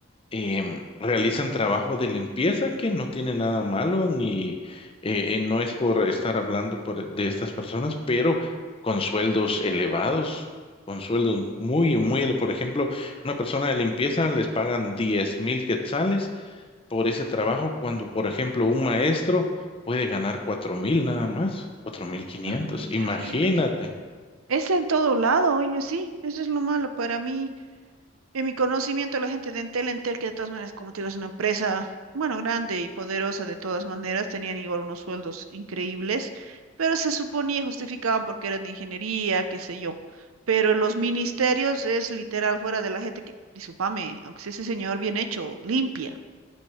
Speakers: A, on the left (about 25°); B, on the right (about 85°).
A: em, realizan trabajo de limpieza que no tiene nada malo, ni eh, eh, no es por estar hablando por- de estas personas, pero con sueldos elevados, con sueldos muy, muy, ele- por ejemplo, una persona de limpieza les pagan diez mil quetzales por ese trabajo, cuando, por ejemplo, un maestro puede ganar cuatro mil nada más, cuatro mil quinientos
B: Ah,
A: imagínate.
B: terrible. Es en todo lado, oye, sí, eso es lo malo para mí. En mi conocimiento, la gente de Entel, Entel, que de todas maneras, como te digo, es una empresa, bueno, grande y poderosa de todas maneras, tenían igual unos sueldos increíbles, pero se suponía y justificaban porque eran de ingeniería, qué sé yo. Pero los ministerios es literal fuera de la gente que, discúlpame, aunque sea ese señor bien hecho, limpia,